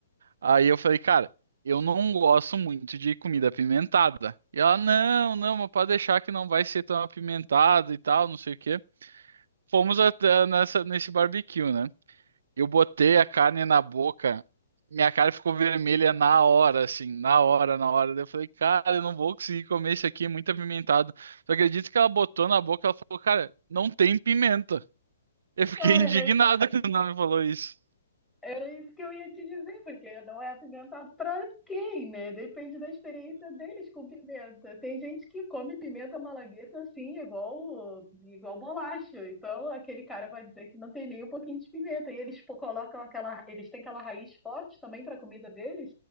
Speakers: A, on the right (about 65°); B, in the centre.
A: Aí eu falei, cara, eu não gosto muito de comida apimentada. E ela, não, não, mas pode deixar que não vai ser tão apimentado e tal, não sei o quê. Fomos até nessa, nesse barbecue, né? Eu botei a carne na boca, minha cara ficou vermelha na hora, assim, na hora, na hora. Daí Eu falei, cara, eu não vou conseguir comer isso aqui, é muito apimentado. Tu acredita que ela botou na boca, ela falou, cara, não tem pimenta. Eu fiquei
B: Cara,
A: <laughs> indignado quando ela me falou isso.
B: Era isso que eu ia te dizer, porque não é apimentado para quem, né? Depende da experiência deles com pimenta. Tem gente que come pimenta malagueta assim, igual, igual bolacha. Então, aquele cara vai dizer que não tem nem um pouquinho de pimenta. E eles pô, colocam aquela, eles têm aquela raiz forte também para a comida deles.